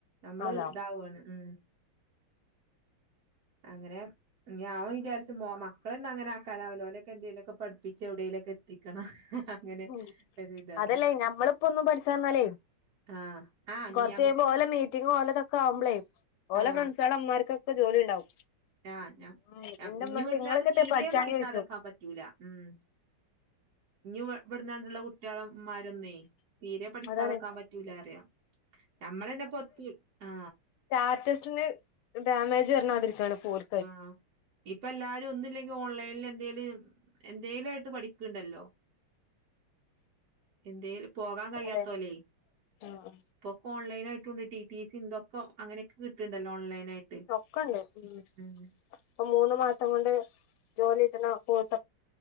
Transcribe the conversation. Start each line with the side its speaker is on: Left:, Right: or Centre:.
Right: നമ്മള്
Left: അതാ
Right: ഇതാവാണ് ഉഠ അങ്ങനെ ഞാൻവിചാരിച്ചും മക്കളൊന്നൊങ്ങനെ ആക്കാനാവല്ലോഓല് എന്തേലൊക്കെ പഠിപ്പിച്ച് എവിടേലൊക്കെ എത്തിക്കണം അങ്ങനെ
Left: ഉം
Right: ഒരു ഇതാണ്
Left: അതല്ലേ ഞമ്മളിപ്പോ ഒന്നും പഠിച്ചനിന്നാലേ
Right: ആഹ് ആഹ്
Left: കൊർച്
Right: ഞമ്മക്ക്
Left: കയുമ്പോ ഓലെ മീറ്റിംങ്ങും ഓലതൊക്കെ ആവുമ്പളെയ്, ഒലെ
Right: ആഹ്
Left: ഫ്രണ്ട്‌സെളെ മ്മാർക്ക് ജോലി ഉണ്ടാവും
Right: ആഹ് ഞാൻ
Left: ഉം എന്റെ
Right: ഇഞ്
Left: ഉമ്മച്ചി
Right: വ്ട്ന്ണ്ട്
Left: ഇങ്ങളൊക്കെത്തെ
Right: തീരെേ
Left: പഠിച്ചാഞ്ഞെ
Right: പഠിക്കാതക്കാൻ
Left: ചോയ്ച്ചും
Right: പറ്റൂല ഉം ഇ ഇവിടന്നാണ്ടുള്ള കു മറ്റാളമാരന്നേ തീരെ പഠിക്കാതക്കാൻ
Left: അതാണ്
Right: പറ്റൂല അറിയാം ഞമ്മളന്ന പൊത്ത ആ
Left: റ്റാറ്റസിന് ഡാമേജ് വരണാതിരിക്കാ ണ് പോൽ
Right: ആഹ ഇപ്പൊ എല്ലാരും ഒന്നുംല്ലെങ്ക ഓൺ ലൈനിൽ എന്തേലും എന്തേലും ആയിട്ട് പഠിക്കണ്ടല്ലോ എന്തേും പോകാൻ കഴിയാത്തോലെ
Left: അതെ ആഹ്
Right: ഇപ്പൊക്കെ ഓൺലൈൻ ആായി റ്റുണ്ട് ട്ടി ട്ടി സി ന്തൊക്കെങ്ങനൊക്കെ കിട്ടണ്ടല്ലോ ഓൺലൈൻ ആയിട്ട്
Left: ഒക്കണ്ട് ഉ
Right: ഉം
Left: ഇപ്പൊ മൂന്ന് മാസം കൊണ്ട് ജോലിട്ടുന്ന കോഴ്സ